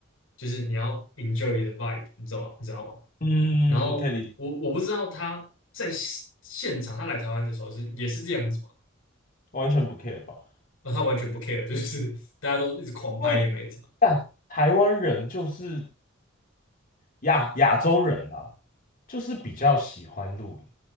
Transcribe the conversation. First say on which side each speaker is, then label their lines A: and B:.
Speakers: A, on the left (about 80°); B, on the left (about 45°).
A: 就是你要 enjoy the vibe，你知道吗？你知道吗？
B: 嗯，
A: 然后我我不知道他在现现场，
B: 可以理解，
A: 他来台湾的时候是也是这样子嘛？
B: 完全不 care 吧？
A: 那他完全不 care，就是大家都一直狂拍也没差。
B: 因为但台湾人就是亚亚洲人啊，就是比较喜欢露音。